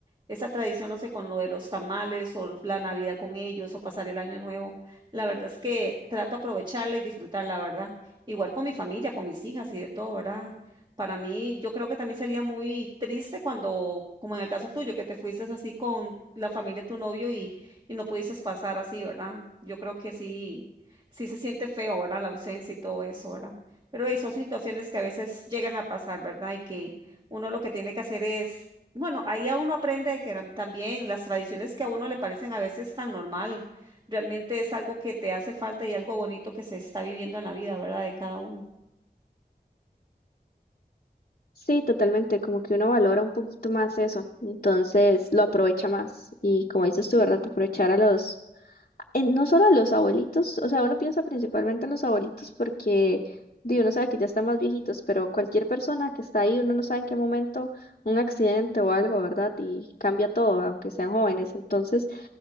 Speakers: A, on the right; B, on the left.
A: esa tradición, no sé, con lo de los tamales o la Navidad con ellos o pasar el año nuevo, la verdad es que trato de aprovecharla y disfrutarla, ¿verdad? Igual con mi familia, con mis hijas y de todo, ¿verdad? Para mí, yo creo que también sería muy triste cuando, como en el caso tuyo, que te fuiste así con la familia de tu novio y, y no pudiste pasar así, ¿verdad? Yo creo que sí sí se siente feo, ¿verdad? La ausencia y todo eso, ¿verdad? Pero hey, son situaciones que a veces llegan a pasar, ¿verdad? Y que uno lo que tiene que hacer es, bueno, ahí a uno aprende de que eran también las tradiciones que a uno le parecen a veces tan normal, realmente es algo que te hace falta y algo bonito que se está viviendo en la vida, ¿verdad? De cada uno.
B: Sí, totalmente, como que uno valora un poquito más eso, entonces lo aprovecha más y como dices tú, ¿verdad? Aprovechar a los en- no solo a los abuelitos, o sea, uno piensa principalmente en los abuelitos porque di, uno sabe que ya están más viejitos, pero cualquier persona que está ahí, uno no sabe en qué momento un accidente o algo, ¿verdad? Y cambia todo, aunque sean jóvenes. Entonces,